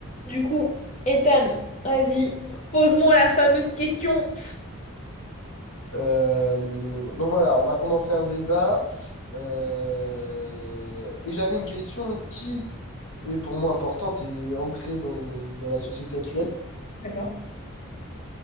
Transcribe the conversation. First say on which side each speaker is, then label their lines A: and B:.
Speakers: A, on the left (about 30°); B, on the left (about 70°).
A: Du coup, Ethan, vas-y, pose-moi la fameuse question.
B: Euh, donc voilà, on va commencer un débat. Euh, et j'avais une question qui est pour moi importante et ancrée dans, dans la société actuelle.
A: D'accord.